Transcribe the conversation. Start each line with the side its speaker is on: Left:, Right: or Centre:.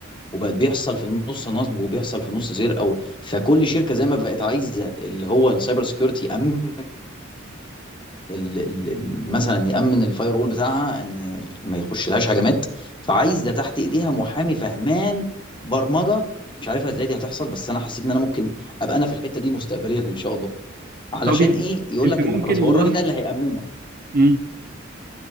Left: وبقت بيحصل في النص نصب وبيحصل في النص سرقه فكل شركه زي ما بقت عايزه اللي هو السايبر سيكيورتي يامن ال- ال- ال- مثلا يامن الفاير وول بتاعها ان ما يخش لهاش هجمات فعايز ده تحت ايديها محامي فهمان برمجه مش عارفها ازاي دي هتحصل بس انا حسيت ان انا ممكن ابقى انا في الحته دي مستقبليا ان شاء الله علشان
Right: طب يعني
Left: ايه يقول
Right: انت
Left: لك
Right: ممكن
Left: ان خلاص هو
Right: والله
Left: الراجل ده اللي هيامننا
Right: مم.